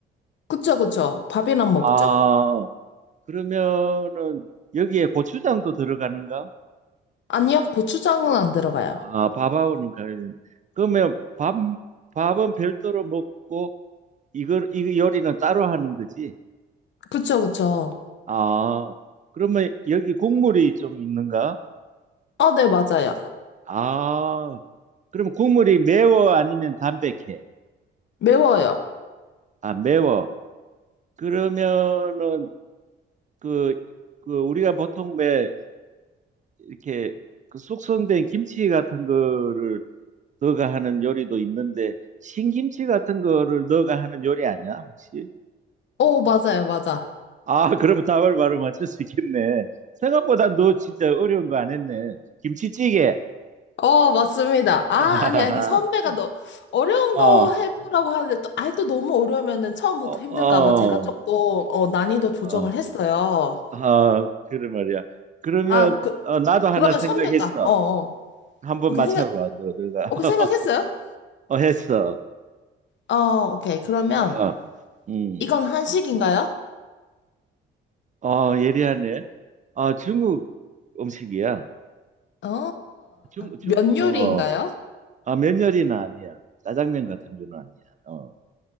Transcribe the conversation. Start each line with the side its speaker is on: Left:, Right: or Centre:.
Left: 그쵸, 그쵸. 밥이랑 먹죠.
Right: 아, 그러면은 여기에 고추장도 들어가는가?
Left: 아니요, 고추장은 안 들어가요.
Right: 아, 밥하고는 관련. 그러면 밥, 밥은 별도로 먹고 이거 이 요리는 따로 하는 거지?
Left: 그쵸, 그쵸.
Right: 아, 그러면 여기 국물이 좀 있는가?
Left: 아, 네, 맞아요.
Right: 아, 그럼 국물이 매워 아니면 담백해?
Left: 매워요.
Right: 아, 매워. 그러면은 그, 그 우리가 보통 왜 이렇게 그 숙성된 김치 같은 거를 너가 하는 요리도 있는데 신김치 같은 거를 너가 하는 요리 아니야 혹시?
Left: 오, 맞아요, 맞아.
Right: 아 그러면 답을 바로 맞출 수 있겠네. 생각보다 너 진짜 어려운 거 안 했네. 김치찌개.
Left: 어, 맞습니다. 아,
Right: <laughs>
Left: 아니, 아니, 선배가 너, 어려운
Right: 어,
Left: 거 해보라고 하는데, 또, 아이, 또 너무 어려우면은 처음부터
Right: 어,
Left: 힘들까봐
Right: 어,
Left: 제가 조금, 어, 난이도 조정을
Right: 어,
Left: 했어요.
Right: 아, 그래 말이야. 그러면
Left: 아, 그,
Right: 어, 나도 하나
Left: 그러면
Right: 생각했어.
Left: 선배가, 어, 어.
Right: 한번
Left: 오케이,
Right: 맞춰봐,
Left: 생각,
Right: 너, 너가.
Left: 오케이,
Right: <laughs>
Left: 생각했어요?
Right: 어, 했어.
Left: 어, 오케이. 그러면,
Right: 어, 어. 음,
Left: 이건 한식인가요?
Right: 어, 예리하네. 아, 중국 음식이야.
Left: 어,
Right: 중국, 중,
Left: 면 요리인가요?
Right: 어. 어. 아, 면열이는 아니야. 짜장면 같은 거는 아니야. 어.